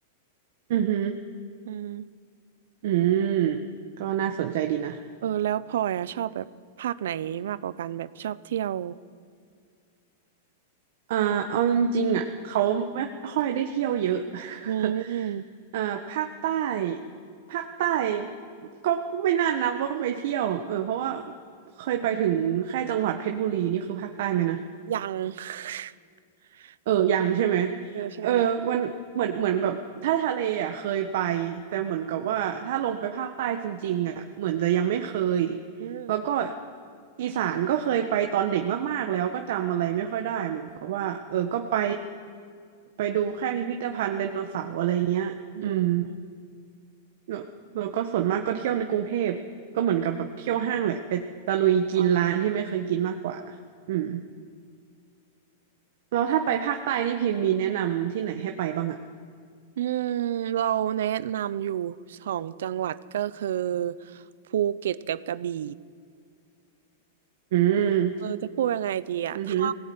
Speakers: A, on the right (about 60°); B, on the right (about 75°).
A: อือฮึ
B: อืม
A: อืมก็น่าสนใจดีนะ
B: เออแล้วพลอยอะชอบแบบภาคไหนมากกว่ากันแบบชอบเที่ยว
A: อ่าเอาจริงๆอ่ะเขาไม่ค่อยได้เที่ยวเยอะ
B: อื
A: <laughs>
B: ม
A: อ่าภาคใต้ภาคใต้ก็ไม่น่านับว่าไปเที่ยวเออเพราะว่าเคยไปถึงแค่จังหวัดเพชรบุรีนี่คือภาคใต้ไหมนะ
B: ยัง <laughs>
A: เออยังใช่ไหม
B: เออใช่
A: เออมันเหมือนเหมือนแบบถ้าทะเลอ่ะเคยไปแต่เหมือนกับว่าถ้าลงไปภาคใต้จริงๆอ่ะเหมือนจะยังไม่เคย
B: อืม
A: แล้วก็อีสานก็เคยไปตอนเด็กมากๆแล้วก็จำอะไรไม่ค่อยได้เหมือนกับว่าเออก็ไปไปดูแค่พิพิธภัณฑ์ไดโนเสาร์อะไรเงี้ยอืม
B: อืม
A: แล้วแล้วก็ส่วนมากก็เที่ยวในกรุงเทพก็เหมือนกับแบบเที่ยวห้างแหละไปตะลุยกินร้านที่ไม่เคยกินมากกว่า
B: เอ
A: อืมแล้วถ้าไปภาคใต้นี่พิมพ์มีแนะนำที่ไหนให้ไปบ้างอะ
B: อืมเราแนะนำอยู่สองจังหวัดก็คือภูเก็ตกับกระบี่
A: อืม
B: เออจะพูดยังไงดีอะถ้า
A: อือหือ